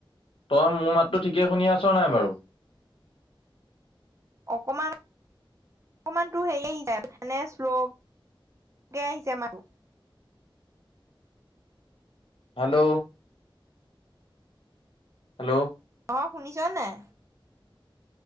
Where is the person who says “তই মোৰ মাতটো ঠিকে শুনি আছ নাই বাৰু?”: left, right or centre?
Left